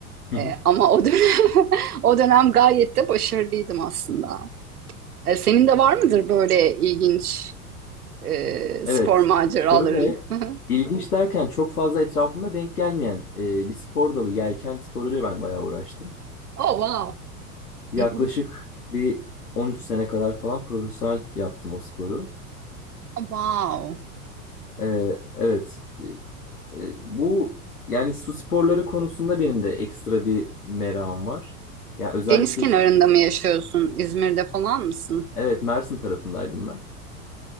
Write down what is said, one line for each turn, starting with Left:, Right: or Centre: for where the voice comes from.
Left: Hı hı.
Right: E, ama o dönem, <laughs> o dönem gayet de başarılıydım aslında. E, senin de var mıdır böyle ilginç e,
Left: Evet.
Right: spor maceraların?
Left: Şöyle
Right: <laughs>
Left: ilginç derken çok fazla etrafımda denk gelmeyen e, bir spor dalı yelken sporuyla ben bayağı uğraştım.
Right: Oh wow.
Left: Yaklaşık
Right: Oh,
Left: bir 13 sene kadar falan profesyonel yaptım o sporu.
Right: wow.
Left: E, evet. E, e, bu yani su sporları konusunda benim de ekstra bir merakım var. Ya özellikle
Right: Deniz kenarında
Left: işte
Right: mı yaşıyorsun? İzmir'de falan mısın?
Left: evet Mersin tarafındaydım ben.